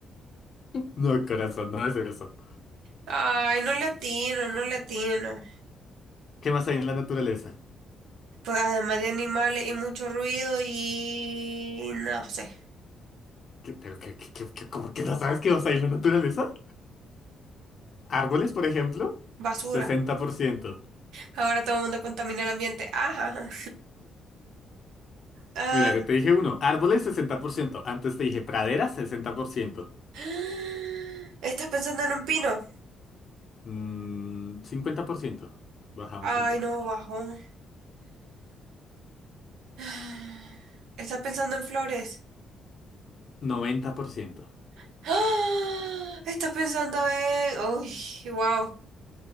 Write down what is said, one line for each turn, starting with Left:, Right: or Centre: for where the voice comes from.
Left: No, corazón, no es eso.
Right: Ay, no le atino, no le atino.
Left: ¿Qué más hay en la naturaleza?
Right: Pues además de animales y mucho ruido y no sé,
Left: ¿Qué- pero qué, qué, qué- qué- ¿cómo que no sabes qué más hay en la naturaleza? ¿Árboles, por ejemplo?
Right: basura.
Left: sesenta por ciento
Right: Ahora todo el mundo contamina el ambiente. Ajá. Ah,
Left: Mira, yo te dije uno. Árboles, sesenta por ciento Antes te dije praderas, 60%.
Right: <gasps> ¿estás pensando en un pino?
Left: Mm, cincuenta por ciento Bajamos
Right: Ay,
Left: un poco.
Right: no, bajo. <gasps> ¿Estás pensando en flores?
Left: noventa por ciento
Right: <gasps> ¡Ah! ¿Estás pensando en... Uy, wow.